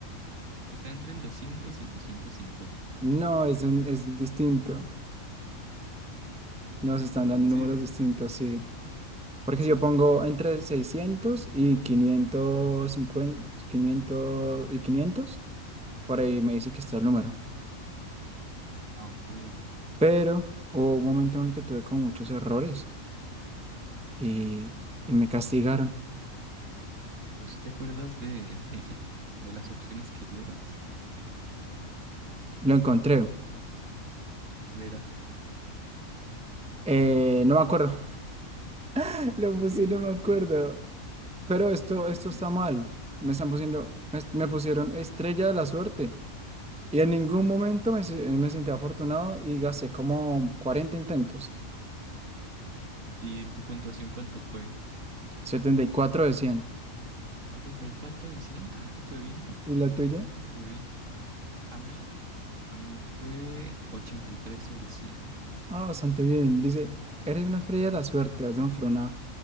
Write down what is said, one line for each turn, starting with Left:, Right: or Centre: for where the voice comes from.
Right: Está entre el 200 y el 250.
Centre: No, es un, es distinto. Nos están dando
Right: Sí,
Centre: números distintos, sí. Porque
Right: ¿en serio?
Centre: si yo pongo entre 600 y quinientos cincuenta 500 y quinientos por ahí me dice que está el número.
Right: Ah, ok. Pero
Centre: Pero hubo un momento en el que tuve con muchos errores y, y me castigaron.
Right: si te acuerdas de, <laughs> de las opciones que llevas?
Centre: Lo encontré.
Right: ¿Cuál era?
Centre: Eh, no me acuerdo. <laughs> Lo
Right: Ok,
Centre: puse, y no me acuerdo.
Right: ok.
Centre: Pero esto,
Right: ok.
Centre: esto está mal. Me están pusiendo, me, me pusieron estrella de la suerte. Y en ningún momento me, se- me sentí afortunado y gasté como 40 intentos.
Right: ¿Y tu puntuación cuánto fue?
Centre: 74 de 100.
Right: 74 de 100. Ah, te fue bien,
Centre: ¿Y la tuya?
Right: te fue bien. A mí, a mí me fue 83 sobre 100.
Centre: Ah, bastante bien. Dice, eres una estrella de la suerte, has demostrado una